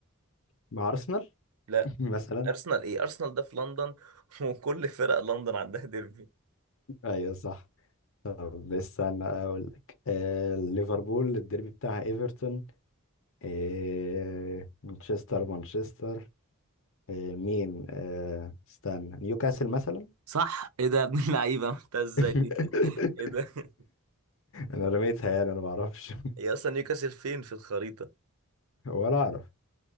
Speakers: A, on the left; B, on the right.
A: مع أرسنال
B: لا
A: <laughs> مثلا؟
B: ارسنال ايه ارسنال ده في لندن <laughs> وكل فرق لندن عندها ديربي
A: أيوه صح طب استنى أقول لك آه ليفربول الديربي بتاعها إيفرتون آه مانشستر مانشستر آه مين؟ آه استنى نيوكاسل مثلا؟
B: صح ايه ده يا ابن اللعيبه عملتها ازاي
A: <laughs>
B: دي ايه ده <laughs>
A: أنا رميتها يعني أنا معرفش
B: هي اصلا نيوكاسل فين في الخريطة
A: <laughs> ولا أعرف